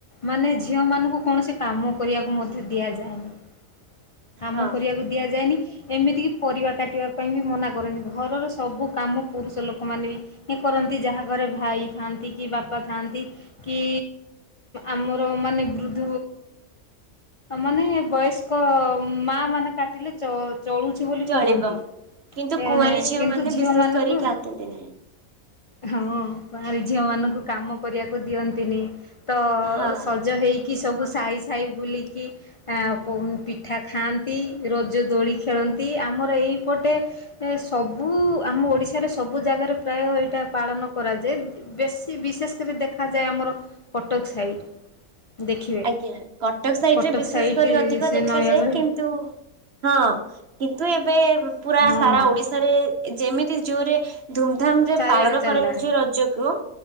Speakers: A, on the left; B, on the right.
A: ମାନେ ଝିଅ ମାନଙ୍କୁ କୌଣସି କାମ କରିବାକୁ ମଧ୍ୟ ଦିଆଯାଏ ନାହିଁ। କାମ
B: ହଁ
A: କରିବାକୁ ଦିଆଯାଏନି। ଏମିତିକି ପରିବା କାଟିବା ପାଇଁ ବି ମନା କରନ୍ତି ଘରର ସବୁ କାମ ପୁରୁଷ ଲୋକମାନେ ବି କରନ୍ତି ଯାହା ଘରେ ଭାଇ ଥାଆନ୍ତି କି ବାପା ଥାଆନ୍ତି କି ଆମର ମାନେ ବୃଦ୍ଧ ମାନେ ବୟସ୍କ ମା ମାନେ କାଟିଲେ ଚଳୁଛି ବୋଲି
B: ଚଳିବ।
A: କହନ୍ତି
B: କିନ୍ତୁ
A: ଏନେ
B: କୁଆଁରୀ
A: କିନ୍ତୁ
B: ମାନେ
A: ଝିଅ
B: ବିଶେଷ
A: ମାନଙ୍କୁ।
B: କରି କାଟନ୍ତି ନାହିଁ
A: ହଁ କୁଆଁରୀ ଝିଅ ମାନଙ୍କୁ କାମ କରିବାକୁ ଦିଅନ୍ତିନି। ତ
B: ହଁ।
A: ସଜ ହେଇକି। ଇଏ ସବୁ ସାଇ ସାଇ ବୁଲିକି ପୋ ପଠା ଖାଆନ୍ତି ରଜ ଦୋଳି ଖେଳନ୍ତି ଆମର ଏଇପଟେ ସବୁ ଆମ ଓଡ଼ିଶାରେ ସବୁ ଜାଗାରେ ପ୍ରାୟ ଏଇଟା ପାଳନ କରାଯାଏ ବେଶୀ ବିଶେଷ କରି ଦେଖାଯାଏ ଆମର କଟକ ସାଇଟ୍। ଦେଖିବେ
B: ଆଜ୍ଞା କଟକ ସାଇଟ୍
A: କଟକ
B: ରେ ବିଶେଷ
A: ସାଇଟ୍
B: କରି ଅଧିକ
A: ସେ
B: ଦେଖାଯାଏ।
A: ନୟାଗଡ଼
B: କିନ୍ତୁ ହଁ କି ଏବେ। ହଁ ପୁରା
A: ହଁ
B: ସାରା ଓଡିଶାରେ ଯେମିତି ଜୋରେ ଧୁମଧାମରେ
A: ଚାରିଆଡେ
B: ପାଳନ
A: ଚାଲିଲାଣି
B: କରାଯାଉଚି ରଜକୁୁ